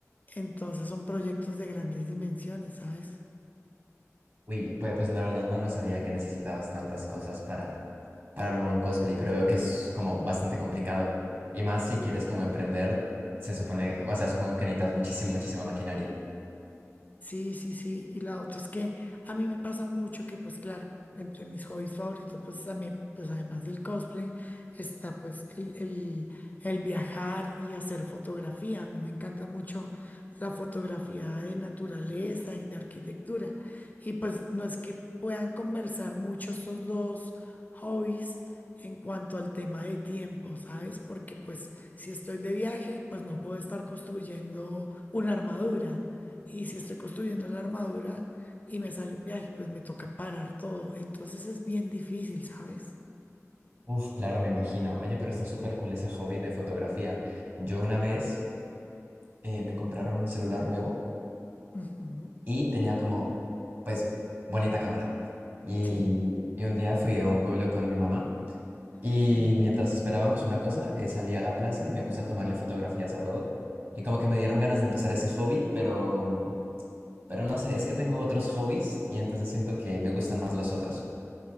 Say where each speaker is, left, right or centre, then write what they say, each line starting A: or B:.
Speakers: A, on the left (about 30°); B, on the right (about 40°).
A: Entonces son proyectos de grandes dimensiones, ¿sabes?
B: Uy, pues, pues la verdad no, no sabía que necesitabas tantas cosas para, para armar un cosplay, pero veo que es como bastante complicado. Y más si quieres como emprender, se supone, o sea, supongo que necesitas muchísima, muchísima maquinaria.
A: Sí, sí, sí. Y la otra es que a mí me pasa mucho que, pues claro, entre mis hobbies favoritos, pues también, pues además del cosplay, está pues el, el, el viajar y hacer fotografía. A mí me encanta mucho la fotografía de naturaleza y de arquitectura. Y pues no es que puedan conversar mucho estos dos hobbies en cuanto al tema de tiempo, ¿sabes? Porque pues si estoy de viaje, pues no puedo estar construyendo una armadura. Y si estoy construyendo la armadura y me sale un viaje, pues me toca parar todo. Entonces es bien difícil, ¿sabes?
B: Uf, claro, me imagino. Oye, pero está súper cool ese hobby de fotografía. Yo una vez eh, me compraron un celular nuevo
A: Ujú.
B: y tenía como, pues, bonita cámara. Y,
A: Sí,
B: y un día fui a un pueblo con mi mamá y
A: sí.
B: mientras esperábamos una cosa, eh, salí a la plaza y me puse a tomarle fotografías a todo. Y como que me dieron ganas de empezar ese hobby, pero, pero no sé, es que tengo otros hobbies y entonces siento que me gustan más los otros.